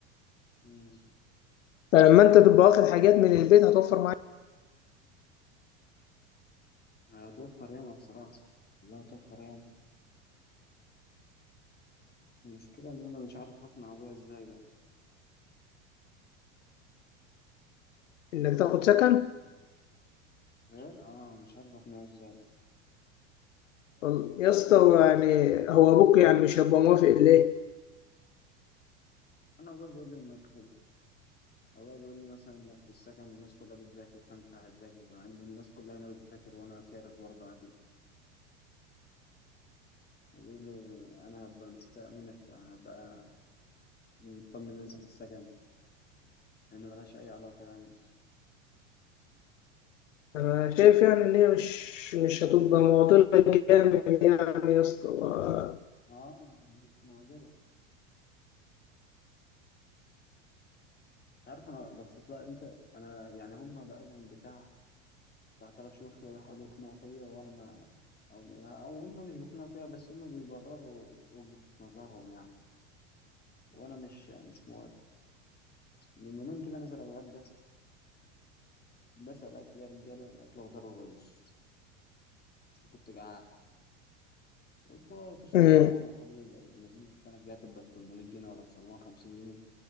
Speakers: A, on the left (about 25°); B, on the left (about 80°).
A: امم
B: فلما انت تبقى واخد حاجات من البيت هتوفر معاك
A: هتوفر ياما بصراحة لا توفر ياما المشكلة ان انا مش عارف اقنع ابويا ازاي بقى
B: انك تاخد سكن
A: مم. ايه اه مش عارف اقنعه ازاي
B: وال- يا اسطى هو يعني هو ابوك يعني مش هيبقى موافق ليه؟
A: انا ابويا بيقول لي انك هو بيقول لي مثلا انك في السكن الناس كلها بتذاكر فانت هتذاكر مع ان الناس كلها هنا بتذاكر وانا كارف برضه عادي بيقول لي انا هبقى مستاء منك هبقى مطمن انسى في السكن يعني ملهاش اي علاقه يعني
B: أنا شايف يعني إن هي مش مش هتبقى معضلة جامد يعني يا اسطى و-
A: اه مش مقدرة عارف انا بس لا انت انا يعني هم بقى لهم بتاع بتاع ثلاث شهور كده بيحاولوا يقنعوا فيا وانا ما او يعني او هم مش بيقنعوا فيا بس هم بيبرروا وجهة نظرهم يعني وانا مش مش موافق من يومين كده نزل اتغدى بسأل أكل يا رجالة الأكل خضار ورز كنت جعان قلت هو أكل
B: امم
A: المية يعني وأخلي المدينة السنة الجاية تبقى 800 جنيه ولا 950 جنيه